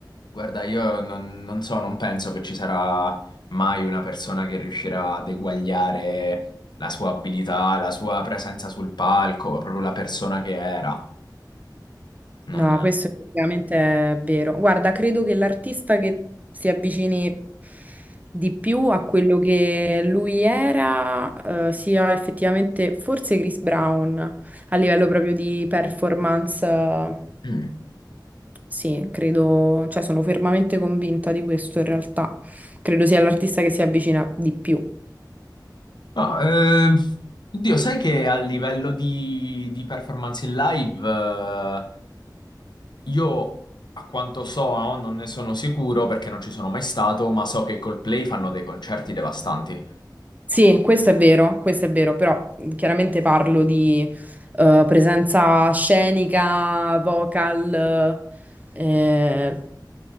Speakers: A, on the left; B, on the right.
A: guarda, io non, non so, non penso che ci sarà mai una persona che riuscirà ad eguagliare la sua abilità, la sua presenza sul palco, proprio la persona che era.
B: No,
A: Non...
B: questo effettivamente è vero. Guarda, credo che l'artista che si avvicini di più a quello che lui era, eh, sia effettivamente forse Chris Brown a livello proprio di performance. eh,
A: Mm. <clears throat>
B: sì, credo, cioè sono fermamente convinta di questo in realtà. Credo sia l'artista che si avvicina di più.
A: No, eh, oddio, sai che a livello di, di performance in live, eh, io a quanto so, no, non ne sono sicuro perché non ci sono mai stato, ma so che i Coldplay fanno dei concerti devastanti.
B: Sì, questo è vero, questo è vero, però mh, chiaramente parlo di eh, presenza scenica, vocal, eh,